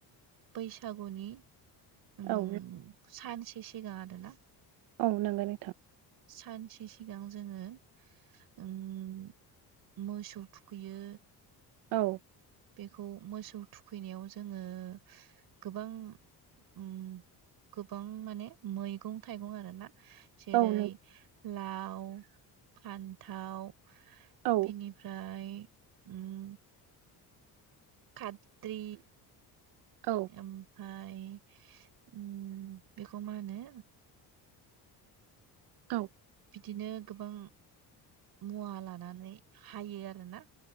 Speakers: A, on the right; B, on the right.
A: बैसागुनि उम
B: औ
A: सानसे सिगां आरो ना?
B: औ नांगौ नोंथां।
A: सानसे सिगां जोङो उम। मोसौ थुखैयो।
B: औ।
A: बेखौ मोसौ थुखैनायाव जोङो गोबां उम गोबां माने मैगं थाइगं आरो ना? जेरै
B: औ नों
A: लाव फान्थाव
B: औ
A: बिनिफ्राय उम खात्रि
B: औ
A: एम ओमफ्राय उन बेखौ मा होनो?
B: औ।
A: बिदिनो गोबां मुवा लानानै हायो आरोना?